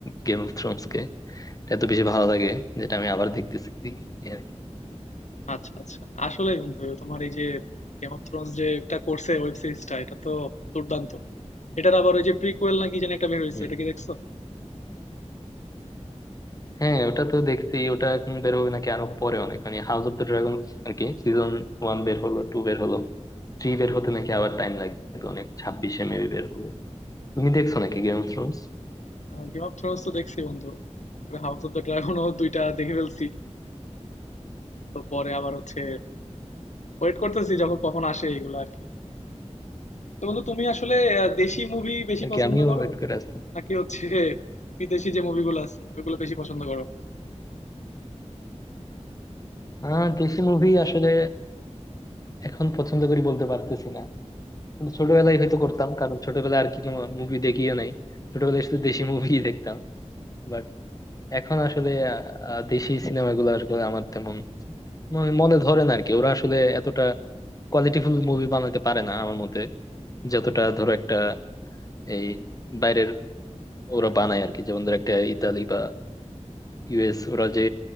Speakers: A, on the left; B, on the left.
A: গেম অফ থ্রোনস কে এত বেশি ভালো লাগে যেটা আমি আবার দেখতেছি এই আর কি
B: আচ্ছা আচ্ছা আসলেই বন্ধু তোমার এই যে গেম অফ থ্রোনস যে এটা করছে ওয়েব সিরিজটা এটা তো দুর্দান্ত এটার আবার ওই যে প্রিকুয়েল নাকি যেন একটা বের হয়েছে
A: হুম।
B: এটা কি দেখছো
A: হ্যাঁ ওটা তো দেখছি ওটা এখন বের হবে নাকি আরো পরে অনেক মানে হাউস অফ দ্য ড্রাগন আর কি সিজন ওয়ান বের হলো টু বের হলো থ্রি বের হতে নাকি আবার টাইম লাগবে তো অনেক ছাব্বিশে মেবি বের হবে তুমি দেখছো নাকি গেম অফ থ্রোনস
B: গেম অফ থ্রোনস তো দেখছি বন্ধু হাউস অফ দ্য ড্রাগনও দুইটা দেখে ফেলছি তো পরে আবার হচ্ছে ওয়েট করতেছি যখন কখন আসে এগুলো আর কি তো বন্ধু তুমি আসলে আহ, দেশি মুভি বেশি
A: আর
B: পছন্দ
A: কি আমিও
B: করো
A: ওয়েট করে আছি
B: নাকি হচ্ছে বিদেশি যে মুভিগুলো আছে ওইগুলো বেশি পছন্দ করো
A: আহ দেশি মুভি আসলে এখন পছন্দ করি বলতে পারতেছি না কিন্তু ছোটবেলায় হয়তো করতাম কারণ ছোটবেলায় আর কি কোনো মুভি দেখিও নাই ছোটবেলায় শুধু দেশি মুভি দেখতাম বাট এখন আসলে আহ, দেশি সিনেমাগুলো আসলে আমার তেমন মনে মনে ধরে না আর কি ওরা আসলে এতটা কোয়ালিটিফুল মুভি বানাতে পারে না আমার মতে যতটা ধরো একটা এই বাইরের ওরা বানায় আর কি যেমন ধরো একটা ইতালি বা ইউএস ওরা যে